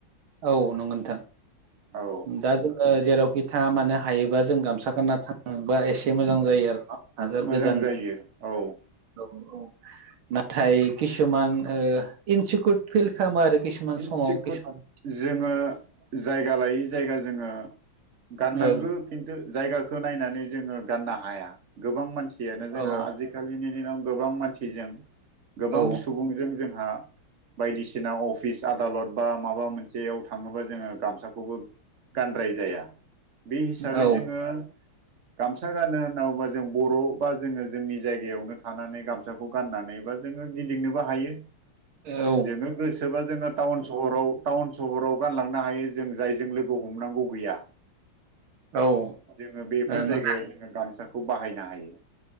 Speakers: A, on the right; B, on the right.
A: औ नंगौ नोंथां
B: औ
A: दा जोङो जेरावखि थाङा मानो हायोबा जों गामसा गानना थांबाय एसे मोजां जायो आरो ना हाजार
B: मोजां
A: गोजान
B: जायो
A: जा
B: औ
A: औ नाथाय किसुमान ओ इनसिकुर फिल खालामो आरोखि किसुमान
B: इनसिकुट
A: समाव किसुमान
B: जोङो जायगा लायै जायगा जोङो गाननांगो
A: ओं
B: किन्तु जायगाखौ नायनानै जोङो गाननो हाया गोबां मानसियानो जोंहा
A: औ
B: आजिखालिनि दिनाव गोबां मानसिजों गोबां
A: औ
B: सुबुंजों जोंहा बायदिसिना अफिस आदालत बा माबा मोनसेयाव थाङोबा जोङो गामसाखौबो गानद्राय जाया बे हिसाबै
A: औ
B: जोङो गामसा गानो होनना बुंबा जों बर' बा जोङो जोंनि जायगायावनो थानानै गामसाखौ गाननानै जोङो गिदिंनोबो हायो
A: औ ओ
B: जोङो गोसोबा जोङो टाउन सहराव टाउन सहराव गानलांनो हायो जों जायजों लोगो हमनांगौ गैया
A: औ
B: जोङो बेफोर
A: नाथाय
B: जायगायाव जोङो गामसाखौ बाहायनो हायो।